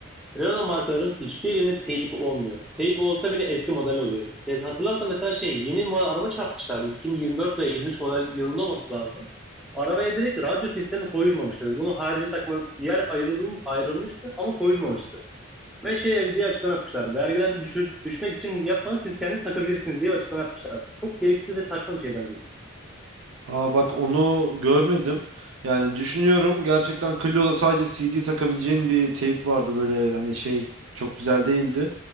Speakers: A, in the centre; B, on the right.
A: Renault markaların hiçbirinde teyip olmuyor. Teyip olsa bile eski model oluyor. E, hatırlarsan mesela şey yeni model araba çarpmışlardı. 2024 veya 23 model yılında olması lazım. Arabaya direkt radyo sistemi koyulmamıştı. Bunun harici takma yer ayrılım, ayrılmıştı ama koyulmamıştı. Ve şey diye açıklama yapmışlardı. Vergiden düşür, düşmek için yapmadık siz kendiniz takabilirsiniz diye açıklama yapmışlardı. Çok gereksiz ve saçma bir şey bence.
B: Aa bak onu görmedim. Yani düşünüyorum gerçekten Clio'da sadece CD takabileceğin bir teyp vardı böyle hani şey çok güzel değildi.